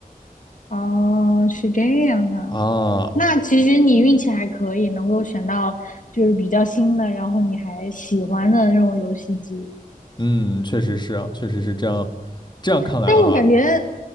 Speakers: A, on the left; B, on the left.
A: 哦，是这样的。
B: 啊。
A: 那其实你运气还可以，能够选到就是比较新的，然后你还喜欢的那种游戏机。
B: 嗯，确实是啊，确实是这样。这样看来的话，
A: 但我感觉，